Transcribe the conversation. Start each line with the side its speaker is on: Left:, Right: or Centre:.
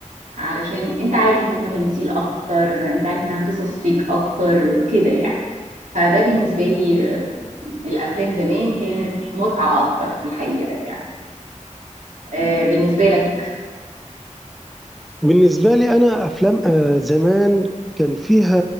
Right: علشان انت عارف ان هو تمثيل اكتر انت عارف انها قصص فيك اكتر كده يعني فده بالنسبه لي آه، الافلام زمان كانت متعه اكتر في الحقيقه يعني. آه، بالنسبه لك
Centre: بالنسبة لي أنا أفلام آه، زمان كان فيها